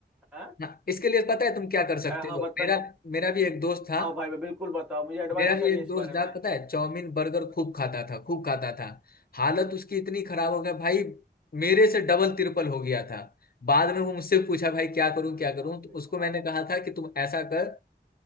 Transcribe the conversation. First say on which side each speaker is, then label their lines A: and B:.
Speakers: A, in the centre; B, on the left.
A: हाँ
B: हाँ इसके लिए पता है तुम क्या कर सकते
A: अ, हाँ
B: हो
A: बता
B: मेरा मेरा भी एक दोस्त था
A: हाँ भाई मैं बिल्कुल बताओ मुझे एडवाइस
B: मेरा भी
A: चाहिए
B: एक
A: इस
B: दोस्त
A: बारे
B: यार
A: में
B: पता है चाउमीन बर्गर खूब खाता था खूब खाता था हालत उसकी इतनी खराब हो गया भाई मेरे से डबल तिरपल हो गया था बाद में वो मुझसे पूछा भाई क्या करूं
A: अरे
B: क्या करूं
A: बाप
B: तो
A: रे
B: उसको
A: बाप
B: मैंने कहा था कि तुम ऐसा कर